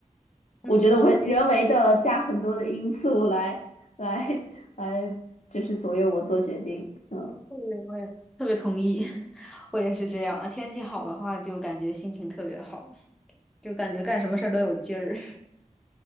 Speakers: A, on the left; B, in the centre.
A: 我觉得我会人为的加很多的因素来来
B: 嗯。
A: <laughs> 来，就是左右我做决定。嗯，
B: 对，我也特别同意，<laughs> 我也是这样。天气好的话，就感觉心情特别好，就感觉干什么事儿都有劲儿。<laughs>